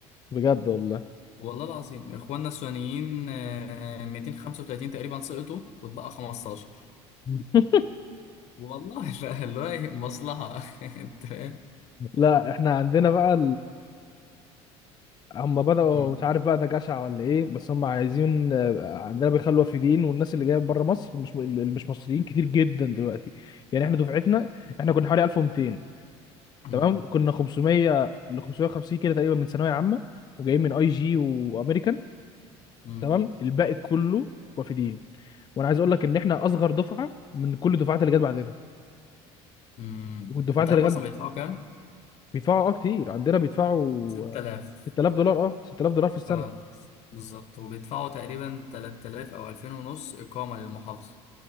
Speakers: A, on the left; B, on the left.
A: بجد والله
B: والله العظيم اخواننا السودانيين آه، 235 تقريبا سقطوا واتبقى 15
A: <laughs>
B: والله <laughs> بقى اللي هو إيه، مصلحة <laughs> انت فاهم
A: لا احنا عندنا بقى هم بدأوا
B: مم.
A: مش عارف بقى ده جشع ولا ايه بس هم عايزين آه، عندنا بيخلوا وافدين والناس اللي جايه من بره مصر مش اللي مش مصريين كتير جدا دلوقتي يعني احنا دفعتنا احنا كنا حوالي 1200
B: مم.
A: تمام كنا 500 ل 550 كده تقريبا من ثانويه عامه وجايين من اي جي وامريكان
B: مم.
A: تمام الباقي كله وافدين وانا عايز اقول لك ان احنا اصغر دفعه من كل الدفعات اللي جت بعدنا
B: مم.
A: والدفعات
B: انت عارف
A: اللي
B: اصلا
A: جت
B: بيدفعوا كام؟
A: بيدفعوا اه كتير عندنا بيدفعوا
B: 6000
A: آه، 6000 دولار اه 6000 دولار في السنه
B: اه بالظبط وبيدفعوا تقريبا 3000 او 2000 ونص اقامة للمحافظة